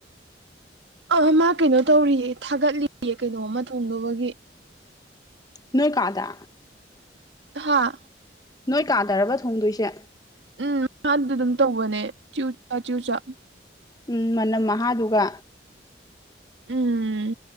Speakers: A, on the right; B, on the left.
A: ꯑꯥ ꯃꯥ ꯀꯩꯅꯣ ꯇꯧꯔꯤꯌꯦ ꯊꯥꯒꯠꯂꯤꯌꯦ ꯀꯩꯅꯣ ꯑꯃꯥ ꯊꯣꯡꯗꯣꯕꯒꯤ
B: ꯅꯣꯏ ꯀꯥꯗ
A: ꯍꯥꯥ
B: ꯅꯣꯏ ꯀꯥꯗ ꯔꯥꯕ ꯊꯣꯡꯗꯣꯏꯁꯦ
A: ꯎꯝ ꯃꯥꯗꯨ ꯑꯗꯨꯝ ꯇꯧꯕꯅꯦ ꯆꯨ ꯆꯥ ꯆꯨ ꯆꯥ
B: ꯎꯝ ꯃꯅꯝ ꯃꯍꯥꯗꯨꯒ
A: ꯎꯝ